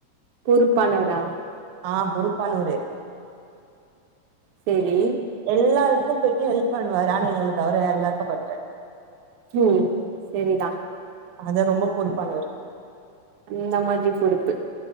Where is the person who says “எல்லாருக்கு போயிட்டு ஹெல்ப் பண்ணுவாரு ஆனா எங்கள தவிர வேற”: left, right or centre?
Right